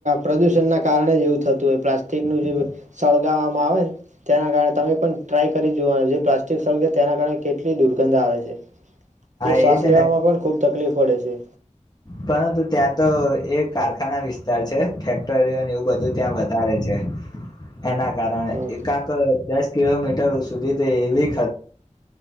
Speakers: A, on the right; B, on the left.
A: પ્રદુષણના કારણે જેવું થતું એ. પ્લાસ્ટિક નું
B: હા
A: જે સળગાવ માં આવેને તેના કારણે તમે પણ ટ્રાય કરી જોવાનું જે પ્લાસ્ટિક સળગે તેના કારણે કેટલી દુર્ગંધ આવે છે. તે
B: એજ
A: શ્વાસ લેવામાં
B: ને
A: પણ ખુબ તકલીફ પડે છે.
B: પરંતુ ત્યાં તો એ કારખાના વિસ્તાર છે ફેક્ટરીઓને એવું બધું ત્યાં વધારે છે. એના કારણે
A: હમ
B: એકાક દસ કિલોમીટર સુધી તે એવી ખા